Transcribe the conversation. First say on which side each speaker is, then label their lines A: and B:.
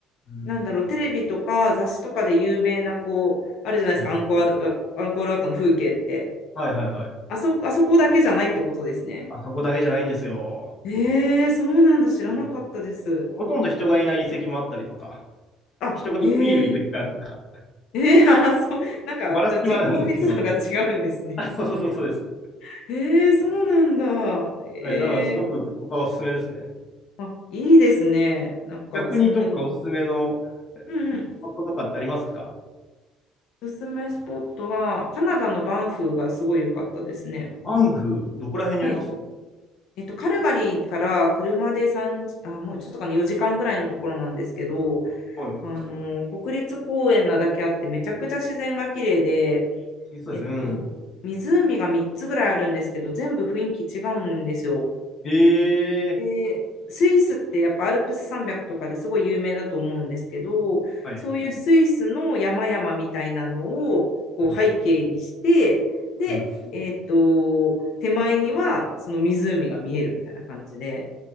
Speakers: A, on the left (about 30°); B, on the left (about 60°).
A: うん。
B: なんだろう、テレビとか雑誌とかで有名な、こう、あるじゃないですか、
A: はい。
B: アンコール、アンコールアウトの風景って。
A: はいはいはい。
B: あそ、あそこだけじゃないってことですね。
A: あそこだけじゃないんですよ。
B: へえ、そうなんだ。知らなかったです。
A: はいほとんど人がいない遺跡もあったりとか、
B: あ、
A: 人がいすぎる遺跡があるとか、
B: へえ。えー、あ、そう、なんか、
A: ばらつきはあるんですけど。
B: じゃあ人口密度が違うんですね。
A: あ、そうそうそうそうです。
B: <laughs> えー、そうなんだ。え
A: はい、だからすごくここはおすすめですね。
B: ー、あ、いいですね。なんか、
A: 逆にどっかおすすめの
B: そんなに。うんうん。
A: スポットとかってありますか
B: おすすめスポットは、カナダのバンフがすごい良かったですね。
A: アンフ、どこら辺にあります
B: はい。えっと、カルガリーから車で3、あ、もうちょっとかな、4時間ぐらいのところなんですけど、
A: はい。
B: あの、国立公園なだけあって、めちゃくちゃ自然が綺麗で、
A: そうですね。
B: えっと、
A: うん。
B: 湖が3つぐらいあるんですけど、全部雰囲気違うんですよ。
A: ええ
B: で、スイスってやっぱアルプス山脈とかですごい有名だと思うんですけど、
A: ーはい。
B: そういうスイスの山々みたいなのをこう背景にして、
A: うん。
B: で、
A: うん。
B: えっと、手前にはその湖が見えるみたいな感じで、